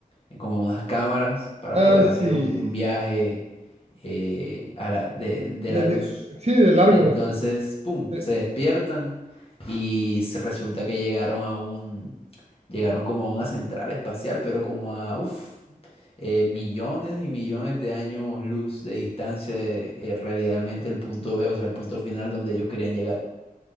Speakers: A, on the left; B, on the right.
A: en como unas cámaras para
B: Ah,
A: poder
B: sí.
A: hacer un, un viaje eh, a la- de, de
B: De,
A: la luz.
B: de- sí, de largo.
A: Entonces, ¡pum!,
B: Eh,
A: se despiertan y se resulta que llegaron a un, llegaron como a una central espacial, pero como a, uff eh, millones y millones de años luz de distancia de eh, realmente el punto B, o sea, el punto final donde ellos querían llegar.